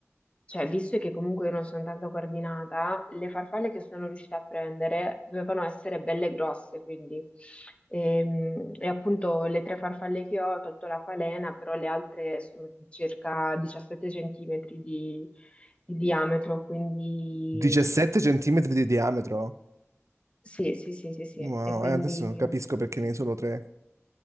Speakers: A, on the left (about 25°); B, on the right (about 85°).
A: Cioè, visto che comunque io non sono tanto coordinata, le farfalle che sono riuscita a prendere dovevano essere belle grosse, quindi. Ehm, E, appunto le tre farfalle che ho, ho tolto la falena, però le altre sono di circa 17 centimetri di, di diametro, quindi
B: 17 centimetri di diametro?
A: sì, sì, sì, sì, sì.
B: Wow,
A: E quindi
B: eh, adesso capisco perché ne hai solo 3.